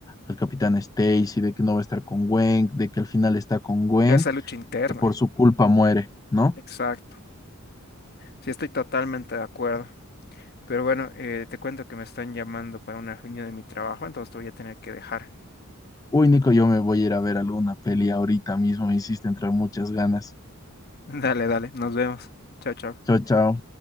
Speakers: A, on the left; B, on the left.
A: al capitán Stacy, de que no va a estar con Gwen, de que al final está con Gwen
B: Pero esa lucha interna.
A: y que por su culpa muere, ¿no?
B: Exacto. Sí, estoy totalmente de acuerdo. Pero bueno, eh, te cuento que me están llamando para una reunión de mi trabajo, entonces te voy a tener que dejar.
A: Uy, Nico, yo me voy a ir a ver alguna peli ahorita mismo, me hiciste entrar muchas ganas.
B: <laughs> Dale, dale, nos vemos. Chao, chao.
A: Chao, chao.